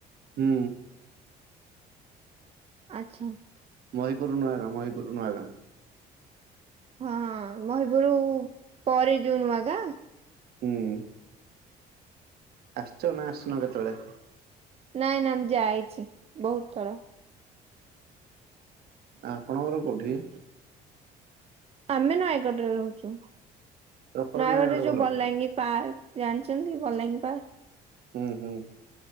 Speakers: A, on the right; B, on the right.
A: ହୁଁ।
B: ଆଛା।
A: ମହିପୁର ନୂଆ ଗାଁ, ମହିପୁରୁ ନୂଆ ଗାଁ।
B: ହଁ ମହିପୁରୁ ପରେ ଯୋଉ ନୂଆ ଗାଁ।
A: ହୁଁ। ଆସଚ ନା ଆସିନ କେତେବେଳେ?
B: ନାଇଁ ନାଇ ମୁଁ ଯାଇଛି ବହୁତ ଥର।
A: ଆ ଆପଣଙ୍କର କୋଉଠି?
B: ଆମେ ନୟାଗଡ ରେ ରହୁଛୁ
A: ପ୍ରପର
B: ନୟାଗଡରେ
A: ନୟାଗଡ
B: ଯୋଉ
A: ଘର
B: ବଲାଙ୍ଗୀ ପାର୍କ। ଜାଣିଛନ୍ତି ବଲା ଙ୍ଗି
A: ହୁଁ ହୁଁ।